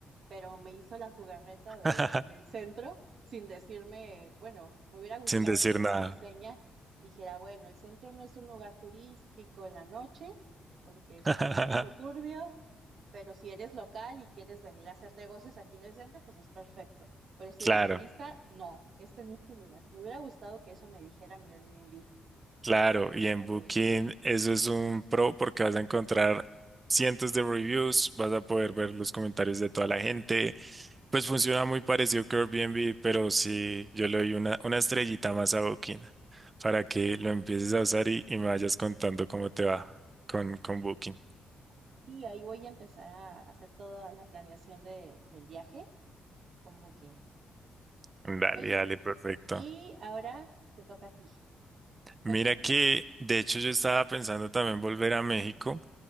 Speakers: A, on the right; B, on the right.
A: pero me hizo la jugarreta
B: <laughs>
A: de, del centro sin decirme, bueno, me hubiera gustado
B: sin decir
A: que en
B: nada.
A: la reseña dijera, bueno, el centro no es un lugar turístico en la noche porque se
B: <laughs>
A: pone un poco turbio, pero si eres local y quieres venir a hacer negocios aquí en el centro, pues es perfecto. Pero si
B: Claro,
A: eres turista, no, este no es tu lugar. Me hubiera gustado que eso me dijera mi Airbnb,
B: claro.
A: pero
B: Y en
A: no
B: Booking
A: lo hizo.
B: eso es un pro porque vas a encontrar cientos de reviews, vas a poder ver los comentarios de toda la gente. Pues funciona muy parecido que Airbnb, pero sí, yo le doy una, una estrellita más a Booking para que lo empieces a usar y, y me vayas contando cómo te va con, con Booking.
A: Sí, ahí voy a empezar a hacer toda la planeación de, del viaje con Booking.
B: Dale,
A: Oye,
B: dale, perfecto.
A: y ahora te toca a ti.
B: Mira
A: Cuéntame.
B: que, de hecho, yo estaba pensando también volver a México,